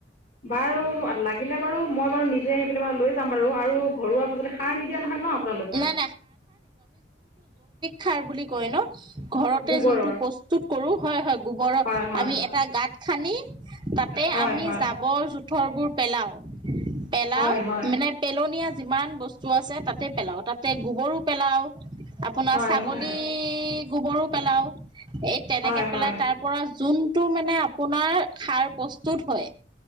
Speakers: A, on the left; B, on the right.
A: বাৰু লাগিলে বাৰু মই বাৰু নিজে আহি পেলাই বাৰু লৈ যাম বাৰু আৰু ঘৰুৱা পাাজলি সাৰ নিদিয়া নহয় ন আপোনালোকৰ?
B: নাই খাৰ বুলি কয় ন? ঘৰতে
A: গোবৰৰ
B: যোনটো প্ৰস্তুত কৰো হয় হয় গোবৰত
A: হয় হয়
B: আমি এটা গত খান্দি তাতে
A: হয়
B: আমি
A: হয়
B: জাবৰ জোথৰ বোৰ পেলাও, পেলাও
A: হয় হয়
B: মানে পেলনি কিমান বস্তু আছে তাতে পেলাও তাতে গোবৰো পেলাও। আপোনাৰ
A: হয়
B: ছাগলী
A: হয়
B: গোবৰো পেলাও। এই তেনেকে
A: হয় হয়
B: পেলাই তাৰ পৰা যোনটো মানে আপোনাৰ সাৰ প্ৰস্তুত হয়,